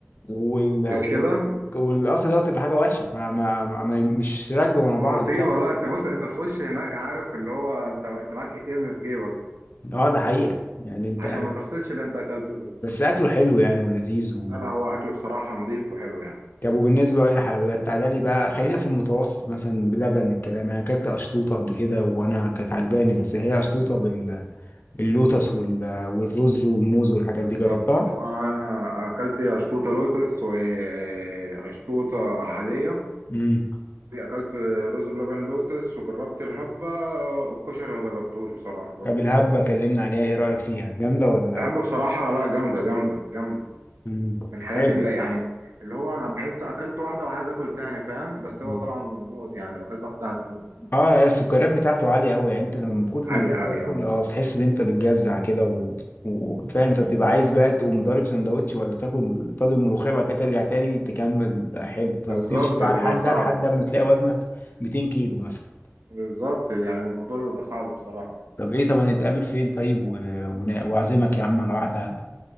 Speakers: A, on the left; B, on the right.
A: وال...
B: بس
A: وال...
B: كده
A: والقصر ده تبقى حاجه وحشه ما... ما... ما... مش راكبه مع بعض
B: المصيبة
A: فاهم
B: لا انت بص انت تخش هناك عارف اللي هو انت انت معاك اي تي ام في جيبك
A: اه ده حقيقة يعني انت
B: عشان ما تغسلش اللي انت اكلته ده
A: بس اكله حلو يعني ولذيذ و...
B: لا لا هو اكل بصراحة نظيف وحلو يعني
A: طب وبالنسبه بقى للحلويات تعالى لي بقى خلينا في المتوسط مثلا بلبن الكلام انا اكلت اشطوطه قبل كده وانا كانت عجباني بس هي اشطوطه باللوتس وال... والرز والموز والحاجات
B: بالظبط
A: دي جربتها
B: انا اكلت اشطوطة لوتس واشطوطة عادية
A: امم
B: اكلت رز بلبن لوتس وجربت الهبة والكشري ما جربتوش بصراحة برضو
A: طب الهبه كلمنا عليها ايه رايك فيها جامده ولا
B: الهبة بصراحة لا جامدة جامدة جامدة
A: امم
B: من الحاجات
A: حلو
B: اللي يعني اللي هو انا بحس اكلت واحدة وعايز اكل تاني فاهم بس هو
A: مم.
B: طبعا موت يعني لو اكلت واحدة هتموت
A: اه هي السكريات بتاعته عالية أوي يعني أنت لما من كتر
B: عادي
A: ما
B: عادي
A: بتاكل
B: اه
A: اه بتحس إن أنت بتجزع كده و... وفاهم فبتبقى عايز بقى تقوم ضارب سندوتش ولا تاكل طاجن ملوخية بعد كده ترجع تاني تكمل حلو وتمشي
B: بالظبط
A: بقى
B: تبقى
A: لحد
B: صعبة
A: ده لحد لما تلاقي وزنك 200 كيلو مثلا
B: بالظبط يعني الموضوع بيبقى صعب بصراحة
A: طب إيه طب هنتقابل فين طيب و... ون- وأعزمك يا عم على واحدة هب